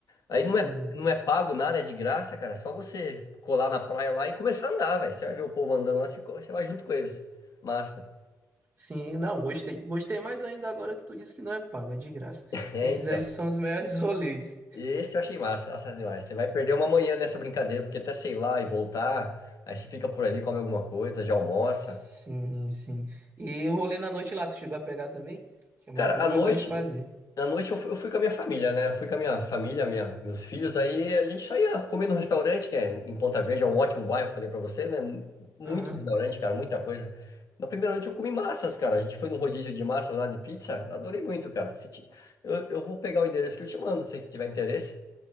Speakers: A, on the left; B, on the right.
A: Aí
B: Sim,
A: não é, não é pago nada, é de graça, cara. É só você colar na praia lá e começar a andar, velho. Você vai ver o povo andando lá, você, co- você vai junto com eles. Massa.
B: sim. Não, gostei. Gostei mais ainda agora que tu disse que não é pago, é de graça.
A: <laughs> É,
B: Esses
A: então.
B: aí são os melhores <laughs> rolês.
A: Esse eu achei massa, massa demais. Você vai perder uma manhã nessa brincadeira, porque até sei lá e voltar, aí você fica por ali, come alguma coisa, já almoça.
B: Sim, sim. E o rolê na noite lá, tu chegou a pegar também? Que é uma
A: Cara,
B: coisa
A: à noite,
B: que eu gosto de fazer.
A: à noite eu fui, eu fui com a minha família, né? Fui com a minha família, minha, meus filhos, aí a gente só ia comer no restaurante, que é em Ponta Verde, é um ótimo bairro, falei pra você, né? Mu- Muito
B: Aham.
A: restaurante, cara, muita coisa. Na primeira noite eu comi massas, cara. A gente foi num rodízio de massas lá de pizza, adorei muito, cara. Se ti- eu, eu vou pegar o endereço que eu te mando, se tiver interesse.